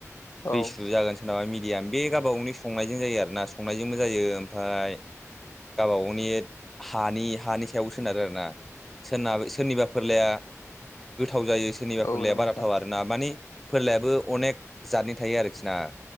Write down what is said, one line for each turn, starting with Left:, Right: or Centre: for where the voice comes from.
Left: औ
Centre: दैसु जागोन सोरनाबा मिडियाम बे गाब गावनो संनायजों जायो आरोना संनायजोंबो जायो ओमफ्राय गावबा गावनि हानि हानि सायावबो सोनारो आरो ना सोरनाब सोरनिबा फोरलाया गोथाव जायो सोरनिबा
Left: औ
Centre: फोरलाया
Left: नंगौ
Centre: बाराथाव
Left: नोंथां
Centre: आरोना मानि फोरलायाबो अनेक जादनि थायो आरोखिना